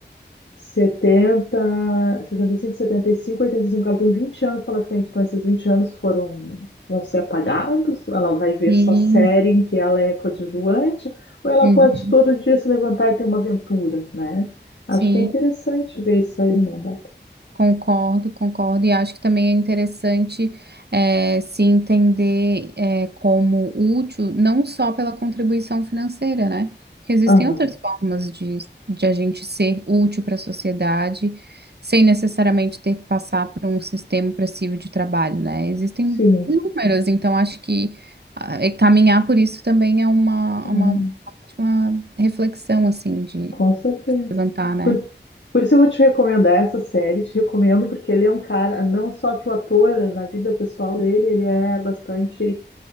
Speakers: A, on the left; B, on the right.
A: setenta, sessenta e cinco, setenta, 60, 65, 70, 65, 75, 85, ela tem 20 anos pela frente. Então, esses 20 anos foram, vão ser apagados, ela vai ver
B: sim.
A: só série em que ela é coadjuvante, ou ela
B: Uhum,
A: pode todo dia se levantar e ter uma aventura, né? Acho
B: sim.
A: que é interessante ver isso aí, né? Bárbara?
B: Concordo, concordo, e acho que também é interessante eh, se entender eh, como útil, não só pela contribuição financeira, né? Porque existem
A: Aham,
B: outras formas de, de a gente ser útil para a sociedade, sem necessariamente ter que passar por um sistema opressivo de trabalho, né? Existem
A: sim.
B: inúmeras, então acho que ah, eh, caminhar por isso também é uma,
A: Ah,
B: uma, uma ótima reflexão, assim, de
A: Com certeza.
B: levantar, né?
A: Por, por isso eu vou te recomendar essa série. Te recomendo porque ele é um cara, não só que o ator, na vida pessoal dele, ele é bastante.